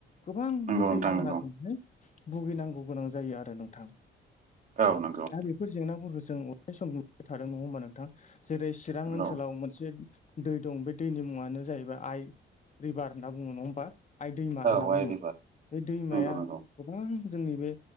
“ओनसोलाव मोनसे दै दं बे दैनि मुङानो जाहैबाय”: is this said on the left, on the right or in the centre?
Left